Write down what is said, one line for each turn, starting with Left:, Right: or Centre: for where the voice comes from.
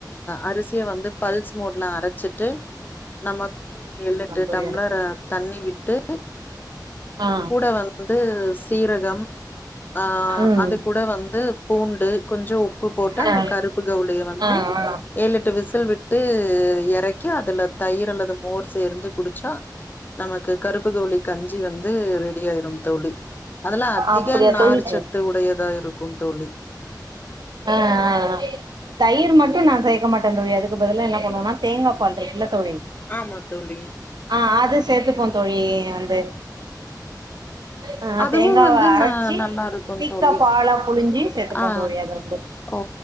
Left: அரிசிய வந்து பல்ஸ் மோட்ல அரச்சிட்டு நம்ம ஒரு எழ் எட்டு
Right: தோழி
Left: டம்ளர் தண்ணி விட்டு
Right: ஆ
Left: கூட வ வந்து சீரகம் ஆ
Right: ம்
Left: அது கூட வந்து பூண்டு கொஞ்சோ உப்பு போட்டு அந்த
Right: ஆ
Left: கருப்பு கவ்லிய வந்து
Right: ஆ ஆ
Left: ஏழ் எட்டு விசில் விட்டு எறக்கி அதுல தயிர் அல்லது மோர் சேர்ந்து குடுஞ்சா நமக்கு கருப்புக்கவ்ளி கஞ்சி வந்து ரெடி ஆய்ரும் தோழி அதெல்லா அதிக
Right: அப்படியா
Left: நார்ச்சத்து
Right: தோழி
Left: உடையதா இருக்கு தோழி
Right: ஆ ஆ தயிர் மட்டு நா சேக்க மாட்டே தோழி அதுக்கு பதிலா என்ன பண்ணுவன்னா தேங்கா பால் இருக்குல்ல தோழி
Left: ஆமா தோழி
Right: ஆ அது சேத்துப்போம் தோழி வந்து ஆ
Left: அதுவும்
Right: தேங்காவ
Left: வந்து
Right: அரச்சி
Left: ந நல்லா இருக்குந்தோழி
Right: திக்கா பாலா புழிஞ்சி சேத்துப்போ
Left: ஆ
Right: தோழி அத வந்து
Left: ஓ